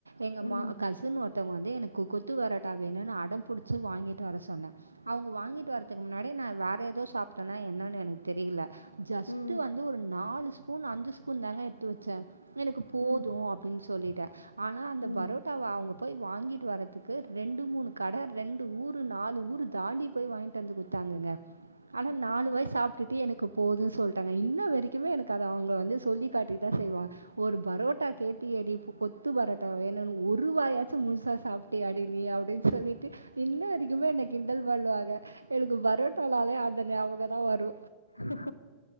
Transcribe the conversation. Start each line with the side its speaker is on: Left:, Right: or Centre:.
Right: எங்க
Left: ம்.
Right: மா கஸின் ஒருந்தவங்க வந்து எனக்கு கொத்து பரோட்டா வேனுன்னு அடம்பிடிச்சு வாங்கிட்டு வர சொன்ன அவங்க வாங்கிட்டு வர த்துகு முன்னாடி நா வேற ஏதோ சாப்பிட்டேன என்னான்னு எனக்கு தெரியல ஜஸ்ட்
Left: ம்.
Right: வந்து ஒரு நாலு ஸ்பூன் அஞ்சு ஸ்பூன் தாங்க எடுத்து வச்சே எனக்கு போது
Left: ம்.
Right: அப்புடின்னு சொல்லிட்டே ஆனா அந்த
Left: ம்.
Right: பரோட்ட டாவ அவங்க போய் வாங்கிட்டு வரதுக்கு ரெண்டு மூணு கடை ரெண்டு ஊரு நாலு ஊர் தாண்டி போய் வாங்கிட்டு ட்டு வந்து குடுத்தாங்கங்க ஆனா நாலு வாய் சாப்டுட்டு எனக்கு போது சொல்லிட்டாங்க இன்ன வரைக்குமே எனக்கு அத அவங்க வந்து சொல்லி காட்டி தா செய்வாங்க ஒரு பரோட்டா கேட்டியே எடி கொத்து பரோட்டா வேணும்னு ஒரு வாயாச்சு முழுசா சாப்பிட் ட்டியாடி நீ அப்டின்னு சொல்லிட்டு இன்ன வரைக்குமே என்ன கிண்டல் பண்ணுவாங்க எனக்கு பரோட்டனாலே அந்த ஞாபக தா வரு
Left: ஹ்